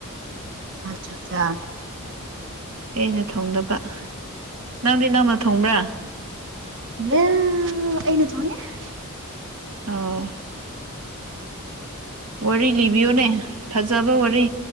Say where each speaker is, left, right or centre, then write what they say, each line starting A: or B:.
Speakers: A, on the right; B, on the right.
A: ꯑꯆꯥ ꯆꯥ꯫
B: ꯑꯩꯅ ꯊꯣꯡꯗꯕ ꯅꯪꯗꯤ ꯅꯪꯅ ꯊꯣꯡꯕ꯭ꯔꯥ꯫
A: ꯌꯥ ꯑꯩꯅ ꯊꫭꯡꯉꯦ꯫
B: ꯑꯣ꯫ ꯋꯥꯔꯤ ꯂꯤꯕꯤꯌꯣꯅꯦ ꯐꯖꯕ ꯋꯥꯔꯤ꯫